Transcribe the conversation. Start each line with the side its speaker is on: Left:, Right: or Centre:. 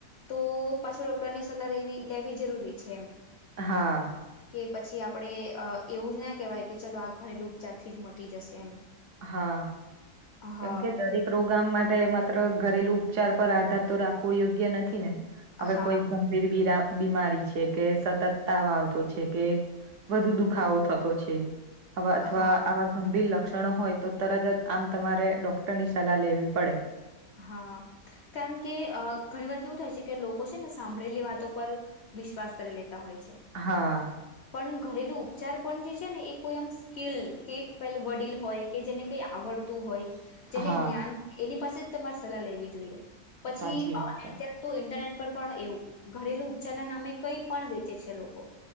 Left: તો પાછો ડોક્ટરની સલાહ લેવી લેવી જરૂરી છે એમ
Right: હા
Left: કે પછી આપડે એવું જ ના કહેવાય કે ચલો આ ઘરેલું ઉપચારથી જ મટી જશે એમ
Right: હા
Left: હા
Right: કેમકે દરેક રોગ માટે માત્ર ઘરેલુ ઉપચાર પર આધાર તો રાખવો યોગ્ય નથી ને હવે
Left: હા
Right: કોઈ ગંભીર બ બીમારી છે કે સતત તા વા આવતો છે કે વધુ દુખાવો થતો છે હવે અથવા
Left: હા
Right: આવા ગંભીર લક્ષણો હોય તો તરજત આમ તમારે ડોક્ટર ની સલાહ લેવી પડે
Left: હા કારણ કે અ ઘણી વાર કેવું થાય છે કે લોકો છે ને સાંભળેલી વાતો પર વિશ્વાસ કરી લેતા હોય છે
Right: હા
Left: પણ ઘરેલુ ઉપચાર પણ જે છેને એ કોઈ એમ સ્કીિલ્ડ કે પે વડીલ હોય કે જેને કઈ આવડતું હોય જેને
Right: હા
Left: જ્ઞાન હોય એની પાસે જ તમારે સલાહ લેવી જોઈએ પછી
Right: સાચી વાત
Left: અત્યારે
Right: છે
Left: તો ઇન્ટરનેટ પણ એવું ઘરેલુ ઉપચાર ના નામે કઈ પણ વેચે છે લોકો